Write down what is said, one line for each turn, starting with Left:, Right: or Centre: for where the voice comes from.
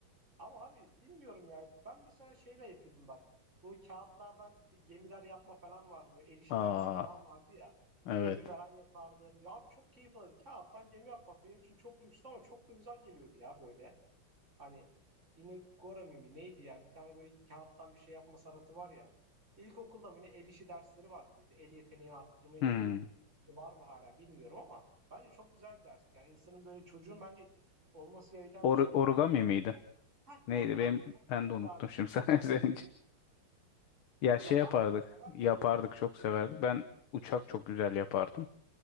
Right: Ama abi bilmiyorum ya. Ben mesela şeyle yapıyordum bak. Bu kağıtlardan gemiler yapma falan vardı. Böyle el işi
Left: Aa
Right: dersi falan vardı ya.
Left: evet.
Right: Gemi falan yapardım. Ya abi çok keyif alırım. Kağıttan gemi yapmak benim için çok lükstü ama çok da güzel geliyordu ya böyle. Hani yine Gora mimi neydi ya? Bir tane böyle kağıttan bir şey yapma sanatı var ya. İlkokulda mı ne el işi dersleri vardı bizde. El yeteneğini arttırmaya
Left: Hmm.
Right: yönelik. Şimdi Var mı hala bilmiyorum ama bence çok güzel bir dersti. Yani insanın böyle çocuğun bence olması gereken
Left: Or
Right: bir şeydi
Left: origami
Right: ve
Left: miydi?
Right: <laughs> Hah
Left: Neydi?
Right: hah
Left: Benim
Right: hah. Origamiydi
Left: ben de unuttum
Right: abi
Left: şimdi
Right: ya.
Left: <laughs> sen
Right: Origamiydi
Left: söyleyince.
Right: ya.
Left: Ya şey
Right: Yapar
Left: yapardık.
Right: mıydı? Sever
Left: Yapardık
Right: miydi?
Left: çok severdik. Ben uçak çok güzel yapardım.